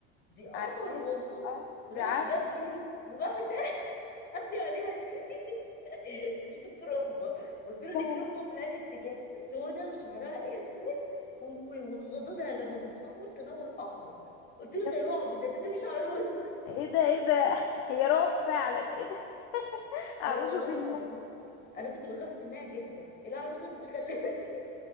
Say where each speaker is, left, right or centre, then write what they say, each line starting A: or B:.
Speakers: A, on the left; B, on the left.
A: دي قمر
B: عارفاه
A: والله
B: اه ده
A: راح
B: عسل
A: جاب لي واحده قال لي عليها دي <laughs> دي كرومبا قلت له
B: لا
A: دي
B: لا
A: كرومبا من انهي اتجاه سودا وشعرها اسود و- وغدودها لما بتنور تنور احمر قلت له
B: يا
A: ده
B: نهار-
A: رعب ده ده, ده مش عروسه
B: ايه ده ايه ده هي رعب فعلا ايه ده اعوذ
A: اه والله
B: بالله
A: العظيم انا كنت بخاف منها جدا إيه العروسه المتخلفه دي